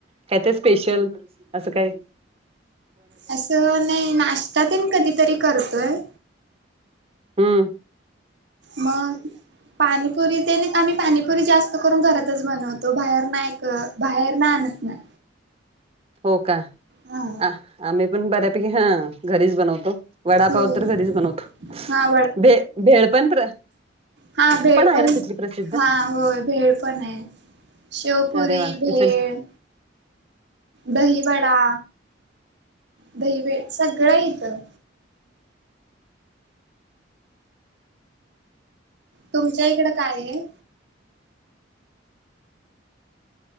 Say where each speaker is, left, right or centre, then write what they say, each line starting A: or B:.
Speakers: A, on the right; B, on the right.
A: कायतरी स्पेशल असं कायं?
B: असं नाही नाश्ता तेन कधीतरी करतोयं.
A: हम्मं.
B: मग पाणीपुरी त्यानी आम्ही पाणीपुरी जास्त करून घरातच बनवतो बाहेर नाय क बाहेरना आणत नाय.
A: हो का
B: हा
A: आहं आम्ही पण बऱ्यापैकी हां घरीच बनवतो. वडापाव
B: हो
A: तरं घरीचं बनवतो,
B: हा
A: भे भेळ पण प्र
B: हां भेळ
A: आहे
B: पण
A: ना तिथली प्रसिद्ध
B: हा होय भेळ पण आहे. शेवपुरी,
A: अरे वा
B: भेळ,
A: इचल
B: दहीवडा दही भेळ सगळं येतं. तुमच्यां इकडं काय हाय?